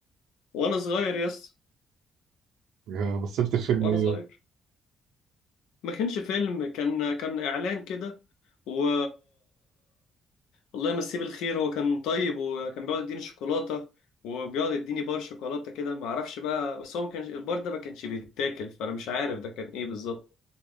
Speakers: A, on the left (about 85°); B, on the right (about 85°).
A: وانا صغير يس
B: يا مثلت الفيلم
A: وانا
B: ايه
A: صغير
B: يابا؟
A: ما كانش فيلم كان كان اعلان كده و الله يمسيه بالخير هو كان طيب وكان بيقعد يديني شوكولاته وبيقعد يديني بار شوكولاته كده ما اعرفش بقى بس هو ما كانش البار ده ما كانش بيتاكل فانا مش عارف ده كان ايه بالظبط